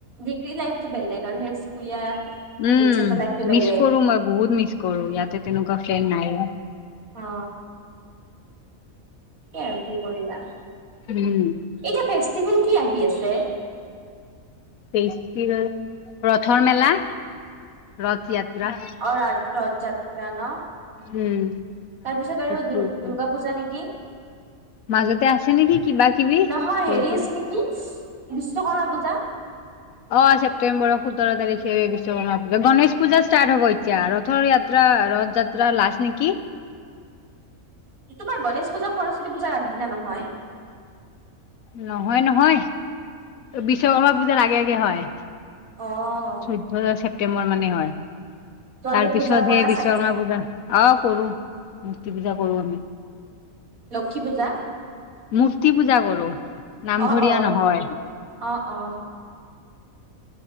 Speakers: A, on the right (about 85°); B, on the left (about 80°).
A: ডিগ্ৰী লাইফতটো বেলেগ আৰু সেই স্কুলীয়া
B: উম,
A: এইচ এছৰ লাইফটো বেলেগ
B: মিছ কৰো মই বহুত মিছ কৰো ইয়াতে তেনেকুৱা ফ্ৰেণ্ড নাই।
A: অ। এয়া আৰু কি কৰিবা।
B: উম।
A: এতিয়া ফেষ্টিভেল কি আহি আছে?
B: ফেষ্টিভেল, ৰথৰ মেলা। ৰথয়াত্ৰা।
A: অ' ৰথযাত্ৰা ন।
B: উম,
A: তাৰপিছত আৰু দুৰ
B: কি আছিল
A: দুৰ্গা পূজা নেকি?
B: মাজতে আছে নেকি কিবা কিবি
A: নহয়
B: সৰু
A: হেৰি
B: সুৰা
A: আছে নেকি, বিশ্বকৰ্মা পূজা।
B: অ' ছেপ্টেম্বৰ সোতৰ তাৰিখে বিশ্বকৰ্মা পূজা। গণেশ পূজা ষ্টাৰ্ট হব এতিয়া ৰথৰ য়াত যাত্ৰা ৰথ যাত্ৰা লাষ্ট নেকি?
A: এইটো বাৰ গণেশ পূজা সৰস্বতী পূজাৰ আগ দিনা নহয়?
B: নহয়, নহয়, বিশ্বকৰ্মা পূজাৰ আগে আগে হয়।
A: অ'।
B: চৈধ্য ছেপ্টেম্বৰ মানে হয়।
A: তোমালোকে
B: তাৰ
A: পূজা
B: পিছত
A: কৰা
B: হে বিশ্বকৰ্মা
A: চাগে
B: পূজা, অ' কৰো মূৰ্তি পূজা কৰো আমি।
A: লক্ষী পূজা।
B: মূৰ্তি পূজা কৰো, নামঘৰীয়া
A: অ অ
B: নহয়।
A: অ অ